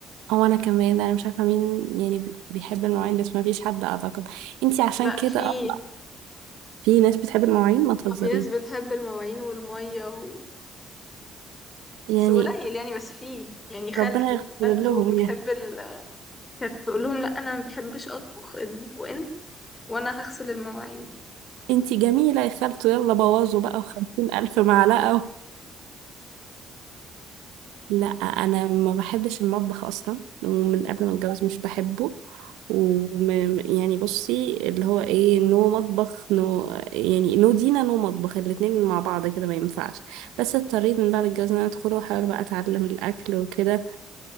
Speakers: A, on the right; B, on the left.
A: او انا كمان انا مش عارفة مين يعني بي- بيحب المواعين بس ما فيش حد اعتقد انتي عشان
B: لا
A: كده
B: في
A: أه، في ناس بتحب المواعين ما تهزريش
B: في ناس بتحب المواعين والمية و...
A: يعني
B: بس قليل يعني بس في يعني خالته
A: ربنا يغفر
B: خالته
A: لهم
B: بتحب
A: يعني.
B: ال... كانت تقول لهم لا انا ما بحبش اطبخ اطبخوا انت وانا هغسل المواعين
A: انتي جميلة يا خالته يلا بوظوا بقى وخمسين ألف معلقة و... <laughs> لا أنا ما بحبش المطبخ أصلا ومن قبل ما أتجوز مش بحبه وم... يعني بصي اللي هو ايه نو مطبخ نو يعني نو دينا نو مطبخ الاتنين مع بعض كده ما ينفعش بس اضطريت من بعد الجواز ان انا ادخل واحاول بقى اتعلم الاكل وكده